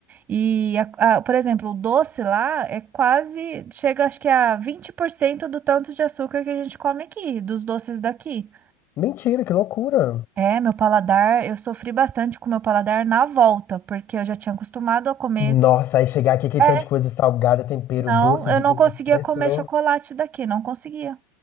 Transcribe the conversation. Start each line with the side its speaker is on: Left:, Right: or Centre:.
Right: E, a- a- por exemplo, o doce lá é quase, chega acho que a 20% do tanto de açúcar que a gente come aqui, dos doces daqui.
Left: Mentira, que loucura.
Right: É, meu paladar, eu sofri bastante com meu paladar na volta, porque eu já tinha acostumado a comer.
Left: Nossa, aí chegar aqui, que
Right: É,
Left: tanto de coisa salgada, tempero,
Right: não,
Left: doce
Right: eu
Left: de
Right: não
Left: em
Right: conseguia
Left: excesso,
Right: comer
Left: né?
Right: chocolate daqui, não conseguia.